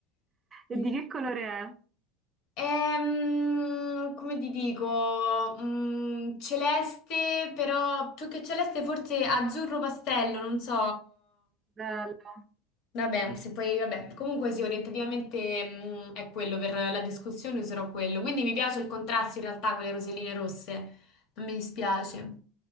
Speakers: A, on the left (about 60°); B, on the right (about 30°).
A: sì.
B: E di che colore è?
A: Ehm, come ti dico, mm, celeste, però più che celeste forse azzurro pastello, non so.
B: Bello.
A: Vabbè, se poi, vabbè, comunque sì, orientativamente, mm, è quello, per la discussione userò quello. Quindi mi piace il contrasto in realtà con le roselline rosse, non mi dispiace.